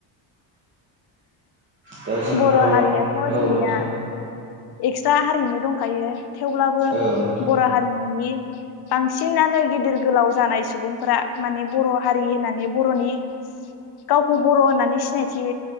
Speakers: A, on the right (about 25°); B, on the left (about 55°).
A: दा जोंहाथ'
B: बर' हारियाथ'
A: औ
B: जोंनिया
A: नोंथां
B: एक्सट्रा हारिमु दंखायो थेवब्लाबो
A: औ नोंथां
B: बर' हारिमुनि बांसिनानो गिदिर गोलाव जानाय सुबुंफोरा माने बर' हारि होननानै बर'नि गावखौ बर' होननानै सिनायथि